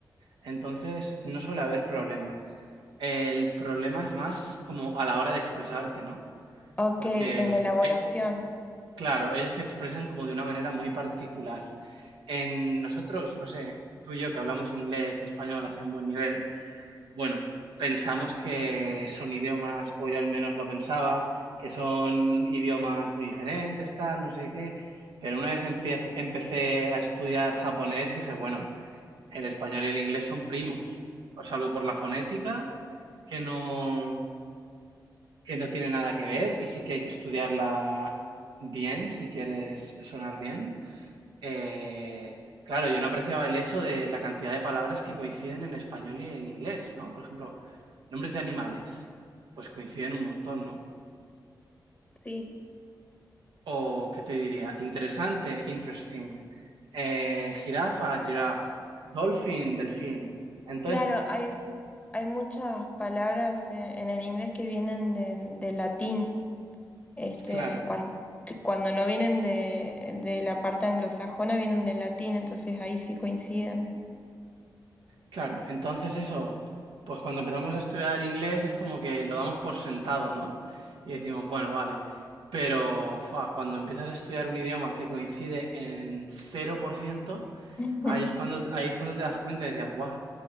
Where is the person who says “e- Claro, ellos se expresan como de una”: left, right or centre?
Right